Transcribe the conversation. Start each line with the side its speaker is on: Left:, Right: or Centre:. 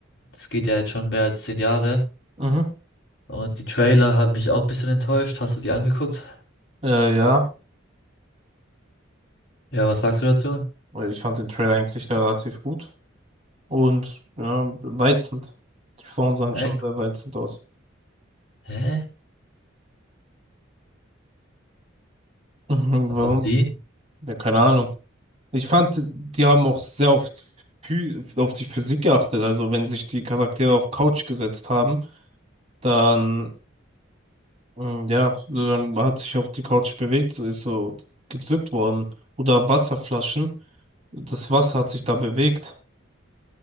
Left: Das geht ja jetzt schon mehr als zehn Jahre.
Right: Mhm.
Left: Und die Trailer haben mich auch ein bisschen enttäuscht. Hast du die angeguckt?
Right: Äh, ja,
Left: Ja, was sagst du dazu?
Right: Weil ich fand den Trailer eigentlich relativ gut. Und ja, reizend. Die Frauen sahen
Left: Echt?
Right: schon sehr reizend aus.
Left: Hä?
Right: Mhm,
Left: Warum
Right: Warum?
Left: die?
Right: Ja, keine Ahnung. Ich fand, die haben auch sehr oft auf die Physik geachtet. Also wenn sich die Charaktere auf Couch gesetzt haben, dann Mm, Ja, so, dann hat sich auch die Couch bewegt, so ist so gedrückt worden. Oder Wasserflaschen. Das Wasser hat sich da bewegt.